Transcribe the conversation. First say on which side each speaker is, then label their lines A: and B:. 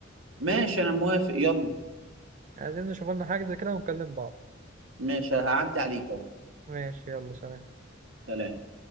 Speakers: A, on the right; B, on the right.
A: ماشي انا موافق يلا
B: عايزين نشوف لنا حجز كده ونكلم بعض
A: ماشي هعدي عليك اهو
B: ماشي يلا سلام
A: سلام